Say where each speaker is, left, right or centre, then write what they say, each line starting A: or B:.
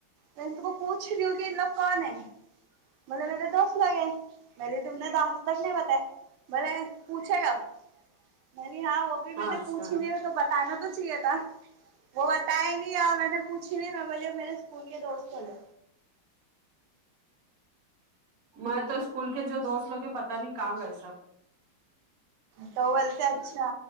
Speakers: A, on the right; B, on the right.
A: میں ان کو پوچھ رہی ہوں کہ یہ لوگ کون ہے بولے میرے دوست لوگ ہے میں لے تم نے دال تک نہیں بتائے ہے بلے پوچھے گا نہیں ہاں وہ ابھی میں
B: اچھا
A: نے پوچھ ہی نہیں ہے تو بتانا تو چاہیے تھا وہ بتیا نہیں اور میں نے پوچھی نہیں میں بول میرے اسکول کے دوست بولے
B: میں تو اسکول کے جو دوست لوگے پتا نہیں کہاں گئے سب
A: تو وہ بولتے اچھا